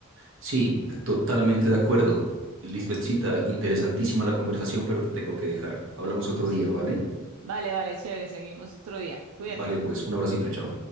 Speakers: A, on the right (about 65°); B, on the right (about 85°).
A: Sí, totalmente de acuerdo. Lisbethcita, interesantísima la conversación, pero te tengo que dejar. Hablamos otro
B: Sí.
A: día, ¿vale?
B: Vale, vale, chévere. Seguimos otro día. Cuídate.
A: Vale, pues un abracito, chao.